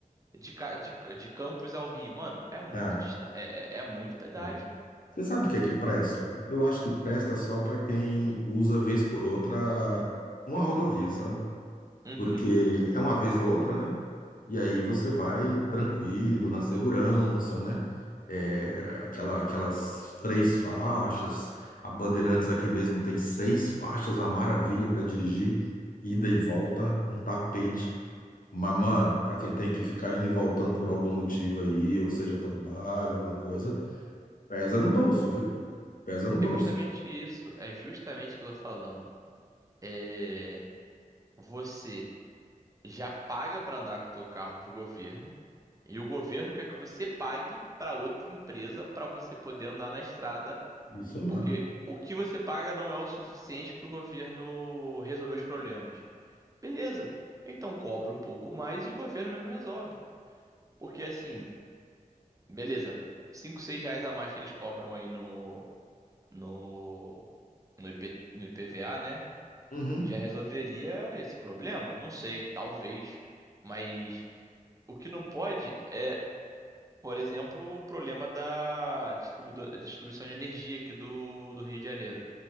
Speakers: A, on the right; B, on the left.
A: de, ca- de, de Campos ao Rio. Mano, é muito
B: É.
A: distante, é, é, é muito pedágio.
B: é. Você sabe o que é que presta? Eu acho que presta só para quem usa vez por outra uma rodovia, sabe?
A: Uhum.
B: Porque é uma vez ou outra, né? E aí você vai tranquilo, na segurança, né? É, aquela, aquelas três faixas, a Bandeirantes aqui mesmo tem seis faixas, uma maravilha para dirigir, ida e volta, um tapete. Mas, mano, pra quem tem que ficar indo e voltando por algum motivo aí, ou seja, trabalho, alguma coisa, pesa no bolso, viu? Pesa no bolso.
A: É justamente isso. É justamente isso que eu tô falando. É, você já paga pra andar com o teu carro pro governo, e o governo quer que você pague pra outra empresa pra você poder andar na estrada
B: Isso mesmo.
A: Porque o que você paga não é o suficiente para o governo resolver os problemas. Beleza. Então cobra um pouco mais e o governo mesmo resolve. Porque assim, beleza, 5, 6 reais a mais que eles cobram aí no, no, no, IP no IPVA, né?
B: Uhum.
A: Já resolveria esse problema? Não sei, talvez. Mas o que não pode é, por exemplo, o problema da distribuido- distribuição de energia aqui do, do Rio de Janeiro.